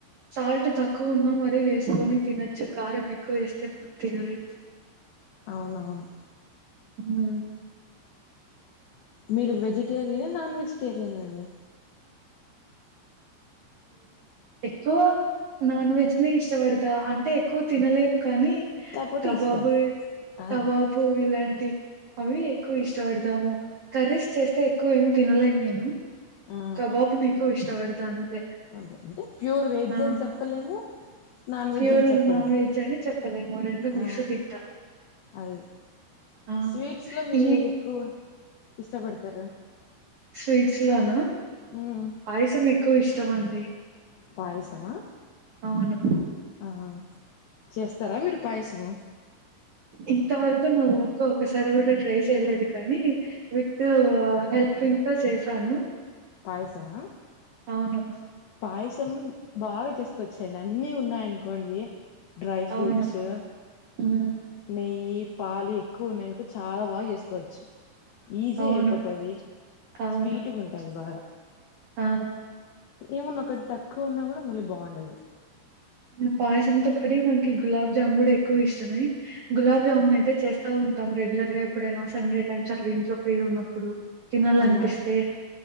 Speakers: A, on the right; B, on the left.
A: సాల్ట్ తక్కువ ఉన్నా మరి అది వేసుకొని తినచ్చు కారం ఎక్కువ వేస్తే మనం తినలేము
B: అవునను
A: మ్మ్
B: మీరు వెజిటేరియన్ నాన్ వెజిటేరియన్ అండి
A: ఎక్కువ నాన్ వెజ్ ని ఇష్టపడతా అంటే ఎక్కువ తినలేము కానీ
B: కాకపోతే
A: కబాబు
B: ఇష్టం ఆ
A: కబాబు ఇలాంటి అవి ఎక్కువ ఇష్టపడతాము కర్రీస్ చేస్తే ఎక్కువ ఏం తినలేను నేను
B: ఆ
A: కబాబుని నికు ఇష్టపడతు త అంతే
B: అదే అంటే ప్యూర్ వెజ్
A: ఆ
B: అని చెప్పలేము నాన్ వెజ్
A: ప్యూర్
B: అని చెప్పలేము
A: నాన్ వెజ్ అని చెప్పలేము రెండు మిక్స్
B: ఆ
A: తింటా
B: అదే
A: ఆ
B: స్వీట్స్లో మీరు
A: ఈ
B: ఏది ఎక్కువ ఇష్టపడతారు
A: స్వీట్స్ లోన
B: మ్మ్
A: పాయసం ఎక్కువ ఇష్టం అండి
B: పయసమా
A: అవును
B: ఆ చేస్తారా మీరు పాయసము
A: ఇంతవరకు నా ఓన్ లో ఒకసారి కూడా ట్రై చేయలేదు కానీ విత్ హెల్పింగ్తో చేశాను
B: పయసమా
A: అవును
B: పాయసం బాగా చేసుకొచ్చాడి అన్నిీ ఉన్నాయం ఇంకొన్ని డ్రై ఫ్రూట్
A: అవును
B: సు
A: హ్మ్.
B: నెయ్యి పాలు ఎక్కువ ఉన్నాయనుకో చాలా బాగా చేసుకోవచ్చు ఈజీ
A: అవును
B: అయిపోతుంది
A: అవును
B: స్పీట్గా ఉంటుంది బాగా
A: ఆ
B: ఏమన్నా ఒకటి తక్కువ ఉన్నా కూడా మళ్ళీ బాగుండదు
A: పాయసంతో పడి మాకి గులాబ్ జామున్ కూడా ఎక్కువ ఇష్టమే గులాబ్ జామున్ అయితే చేస్తా ఉంటాం రెగ్యులర్ గా ఎప్పుడైనా సండే టైమ్స్ అలా ఇంట్లో ఫ్రీ ఉన్నప్పుడు తినాలనిపిస్తే
B: అన్నా